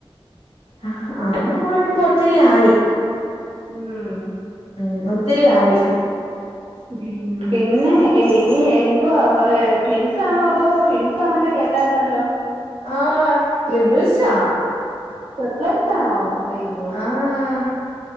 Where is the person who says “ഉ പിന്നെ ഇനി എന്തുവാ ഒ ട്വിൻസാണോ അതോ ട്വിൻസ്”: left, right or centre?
Right